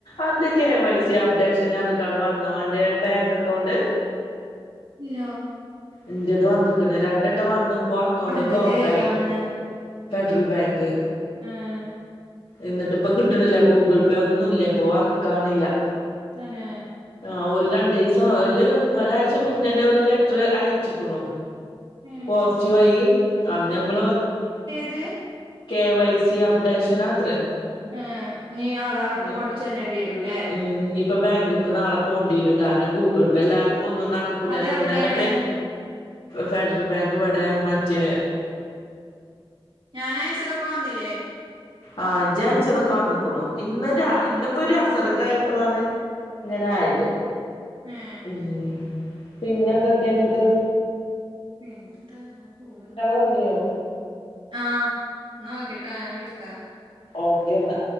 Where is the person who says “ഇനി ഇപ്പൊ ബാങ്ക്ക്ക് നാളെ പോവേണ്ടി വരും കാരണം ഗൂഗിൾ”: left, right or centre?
Left